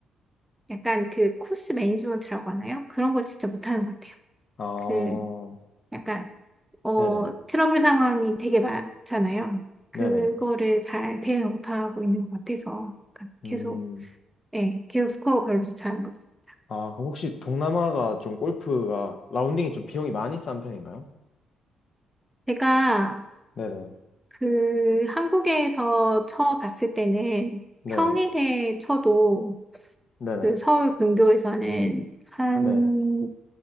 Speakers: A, in the centre; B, on the left (about 50°).
A: 약간 그 코스 매니지먼트라고 하나요? 그런 거 진짜 못하는 것 같아요.
B: 아,
A: 그, 약간, 어,
B: 네네.
A: 트러블 상황이 되게 많잖아요. 그거를
B: 네네.
A: 잘 대응 못하고 있는 것 같아서. 약간
B: 음,
A: 계속 네, 기억 스코어가 별로 좋지 않은 것 같습니다.
B: 아, 그럼 혹시 동남아가 좀 골프가 라운딩이 좀 비용이 많이 싼 편인가요?
A: 제가
B: 네네.
A: 그 한국에서 쳐 봤을 때는
B: 네네.
A: 평일에 쳐도
B: 네네.
A: 그 서울 근교에서는 한
B: 네.